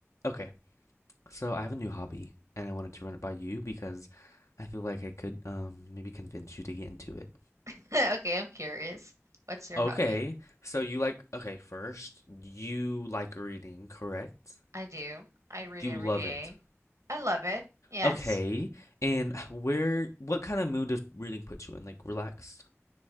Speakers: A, on the left; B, on the right.
A: Okay, so I have a new hobby and I wanted to run it by you because I feel like I could um maybe convince you to get into it.
B: <laughs> Okay, I'm curious. What's your
A: Okay,
B: hobby?
A: so you like okay, first, you like reading, correct?
B: I do. I read
A: Do
B: every
A: you love
B: day.
A: it?
B: I love it. Yes.
A: Okay, and where what kind of mood does reading put you in? Like relaxed?